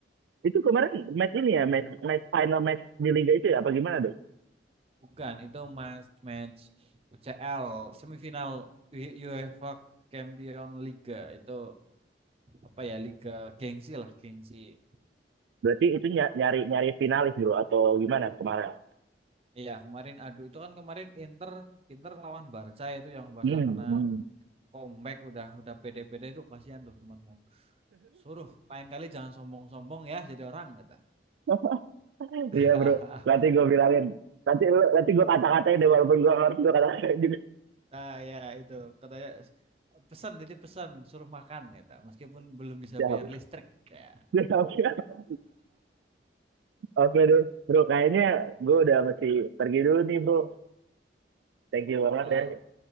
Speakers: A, on the right (about 75°); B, on the right (about 35°).
A: Itu kemarin match ini ya, match, match final match di liga itu ya apa gimana deh?
B: Bukan, itu match match UCL semifinal U- UEFA Champion Liga itu apa ya Liga gengsi lah gengsi.
A: Berarti itu nyari nyari finalis bro atau gimana kemarin?
B: Iya kemarin aduh itu kan kemarin Inter Inter lawan Barca itu yang Barca
A: Hmm,
B: kena
A: hmm.
B: comeback udah udah pede-pede itu kasihan tuh temanmu. Suruh lain kali jangan sombong-sombong ya jadi orang kata.
A: <laughs>
B: <laughs>
A: Iya bro, nanti gue bilangin. Nanti nanti gue kata-katain deh walaupun gue ngerti gue kata-katain juga.
B: Nah ya itu katanya pesan titip pesan suruh makan kata meskipun belum bisa
A: Siap.
B: bayar listrik ya.
A: <laughs> Siap. siap. Oke deh, bro. Kayaknya gue udah mesti pergi dulu nih bro. Thank you banget
B: <laughs>
A: ya